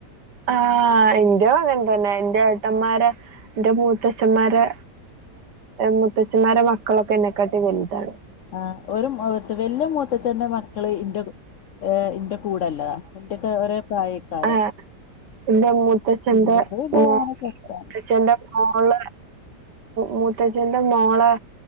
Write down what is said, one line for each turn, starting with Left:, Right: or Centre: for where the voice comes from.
Right: ആഹ എന്റെ അങ്ങനതന്നെ എന്റെ ഏട്ടന്മാര് എന്റെ മൂത്തച്ഛന്മാര് മുത്തച്ഛമാരെ മക്കളൊക്കെ എന്നക്കാട്ടി വലുതാണ്
Left: ആ ഒരു വലിയ മൂത്ത ച്ചന്റെ മക്കള് ഇന്റെ ഇന്റെ കൂടല്ലതാ എന്റെക്കെ ഒരേ പ്രായയ്ക്കാരോ
Right: ആഹ് എന്റെ മൂത്തച്ഛന്റെ
Left: പിന്നെത ഇത
Right: മോ
Left: ചത്ത <inaudible>
Right: മൂത്തച്ഛന്റെ മോളെ മൂത്ത്തച്ഛന്റെ മോളെ